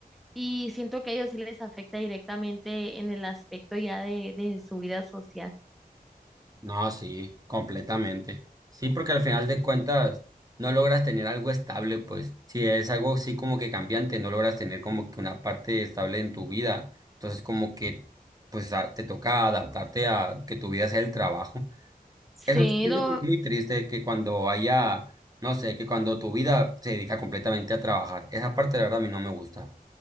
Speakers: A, in the centre; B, on the right (about 25°).
A: Y siento que a ellos sí les afecta directamente en el aspecto ya de, de su vida social.
B: No, sí, completamente. Sí, porque al final de cuentas no logras tener algo estable, pues si es algo así como que cambiante, no logras tener como que una parte estable en tu vida. Entonces como que pues a- te toca adaptarte a que tu vida sea el trabajo.
A: Sí,
B: Eso sí siento
A: lo,
B: que es muy triste que cuando haya, no sé, que cuando tu vida se dedica completamente a trabajar. Esa parte la verdad a mí no me gusta.